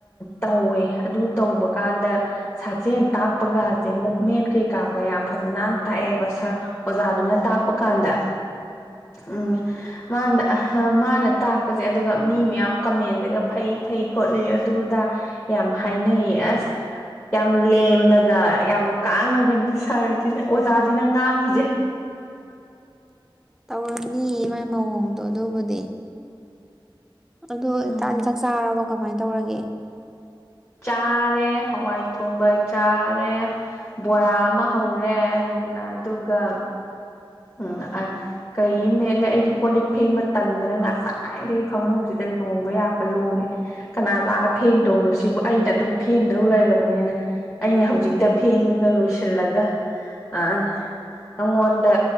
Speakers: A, on the left; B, in the centre.
A: ꯇꯧꯋꯦ ꯑꯗꯨ ꯇꯧꯕ ꯀꯥꯟꯗ ꯁꯥꯖꯦꯟ ꯇꯥꯛꯄꯒꯁꯦ ꯃꯨꯞꯃꯦꯟ ꯀꯩꯀꯥꯒ ꯌꯥꯝ ꯐꯖꯅ ꯇꯥꯛꯑꯦꯕ ꯁꯥꯔ ꯑꯣꯖꯥꯗꯨꯅ ꯇꯥꯛꯄ ꯀꯥꯟꯗ ꯎꯝ ꯃꯥꯅ ꯃꯥꯅ ꯇꯥꯛꯄꯁꯦ ꯑꯗꯨꯒ ꯃꯤ ꯃꯌꯥꯝ ꯀꯃꯦꯟꯗꯒ ꯐꯩ ꯐꯩ ꯈꯣꯠꯂꯤ ꯑꯗꯨꯗ ꯌꯥꯝ ꯍꯥꯏꯅꯩꯌꯦ ꯑꯁ ꯌꯥꯝ ꯂꯦꯝꯅꯒ ꯌꯥꯝ ꯀꯥꯡꯅꯒꯅꯤ ꯁꯥꯔꯁꯤꯅ ꯑꯣꯖꯥꯁꯤꯅ ꯉꯥꯡꯉꯁꯦ
B: ꯇꯧꯔꯅꯤ ꯃꯥꯏ ꯃꯑꯣꯡꯗꯣ ꯑꯗꯨꯕꯨꯗꯤ ꯑꯗꯨꯣ
A: ꯎꯝ
B: ꯏꯇꯥꯥꯗꯤ ꯆꯥꯛ ꯆꯥꯔꯕꯣ ꯀꯃꯥꯏꯅ ꯇꯧꯔꯒꯦ
A: ꯆꯥꯔꯦ ꯍꯋꯥꯏ ꯊꯣꯡꯕ ꯆꯥꯔꯦ ꯕꯣꯔꯥ ꯑꯃ ꯍꯧꯔꯦ ꯑꯗꯨꯒ ꯎꯝ ꯀꯔꯤ ꯃꯦꯠꯂꯦ ꯑꯩꯗꯤ ꯀꯣ ꯂꯤꯛ ꯐꯦꯡꯕ ꯇꯟꯗꯅ ꯉꯁꯥꯏꯗꯒꯤ ꯐꯃꯨꯡꯁꯤꯗ ꯂꯣꯡꯕ ꯌꯥꯄ ꯂꯣꯡꯉꯦ ꯀꯅꯥ ꯂꯥꯛꯑ ꯐꯦꯡꯗꯧꯅꯣ ꯁꯤꯕꯨ ꯑꯩꯅ ꯑꯗꯨꯝ ꯐꯦꯡꯗꯧ ꯂꯩꯔꯕꯅꯤꯅ ꯑꯩꯅ ꯍꯧꯖꯤꯛꯇ ꯐꯦꯡꯒ ꯂꯣꯏꯁꯤꯜꯂꯒ ꯑ ꯅꯉꯣꯟꯗ